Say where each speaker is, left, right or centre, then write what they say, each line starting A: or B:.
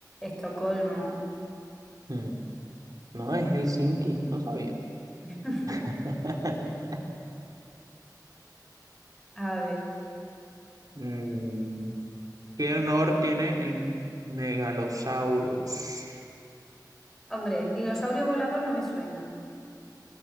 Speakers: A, in the centre; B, on the right (about 55°).
A: Estocolmo.
B: Mm, no, es Helsinki, no sabías.
A: <laughs>
B: <laughs>
A: A ver.
B: Mm, ¿Qué honor tiene el megalosaurus?
A: Hombre, dinosaurio volador no me suena.